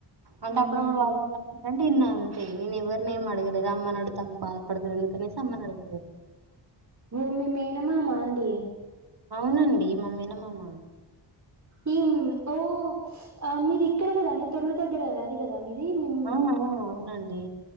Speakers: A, on the right; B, on the right.
A: అంటే
B: అవునా
A: అప్పుడప్పుడు
B: అండి
A: వాళ్ళు చేసుకుంటంటే ఇన్నన్ తే నేను ఎవరినే ఏం అడగలేదు అమ్మను అడుతాం బాధపడుతుంది అనేసి అమ్మను అడగలేదు.
B: భూమి మేనమామ అండి.
A: అవునండి మ మేనమామ
B: ఈమ్ ఓ ఆ మీది ఇక్కడ కదా అండి తొరుల దగ్గర అది కదా. మీరే మేమ్
A: ఆ! ఆ! అవునండి.